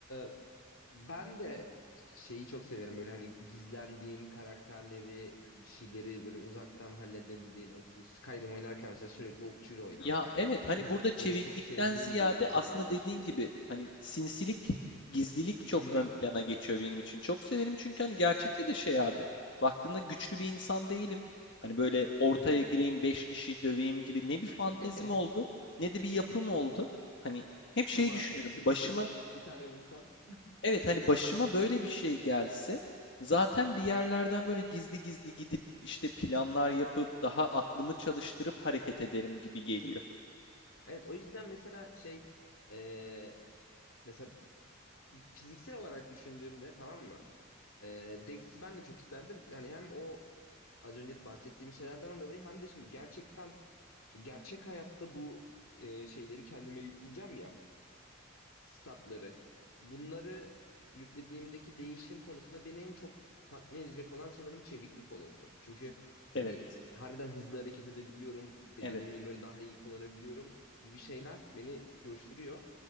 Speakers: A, on the left; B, on the left.
A: e, ben de şeyi çok severim böyle hani gizlendiğin karakterleri bir şeyleri böyle uzaktan halledebildiğin okçu Skyrim oynarken mesela sürekli okçuyla oynardım.
B: Ya evet
A: Hani
B: hani
A: hep
B: burada çeviklikten
A: böyle çok sevdiğim
B: ziyade
A: bir tarzdır.
B: aslında dediğin gibi hani sinsilik, gizlilik çok
A: Hı hı.
B: ön plana geçiyor benim için. Çok severim çünkü hani gerçekte de şey abi. Baktığında güçlü bir insan değilim. Hani böyle ortaya
A: Hı hı.
B: gireyim 5 kişiyi döveyim gibi ne bir
A: <laughs>
B: fantezim oldu ne de bir yapım oldu. Hani hep şey
A: Ama
B: düşünürüm.
A: ense köküne
B: Başıma
A: bir tane vursan.
B: Evet hani başıma böyle bir şey gelse zaten bir yerlerden böyle gizli gizli gidip işte planlar yapıp daha aklımı çalıştırıp hareket ederim gibi geliyor.
A: Evet o yüzden mesela şey e, mesela fiziksel olarak düşündüğümde tamam mı? Ee, Dex'i ben de çok isterdim. Yani hem o az önce de bahsettiğim şeylerden dolayı hem de şimdi gerçekten şimdi gerçek hayatta bu e, şeyleri kendime yükleyeceğim ya statları. Bunları yüklediğimdeki değişim konusunda beni en çok tatmin edecek olan sanırım çeviklik olurdu. Çünkü
B: Evet,
A: hani harbiden hızlı hareket edebiliyorum, bedenimi
B: evet,
A: böyle daha iyi kullanabiliyorum gibi şeyler beni coşturuyor.